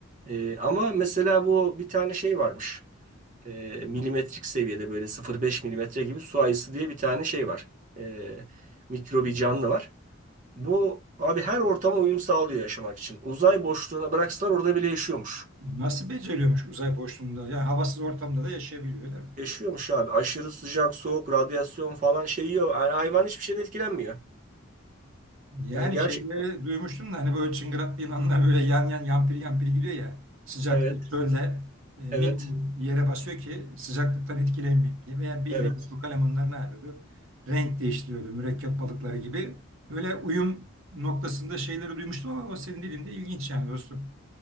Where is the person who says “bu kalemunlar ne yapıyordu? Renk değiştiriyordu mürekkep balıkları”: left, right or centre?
Right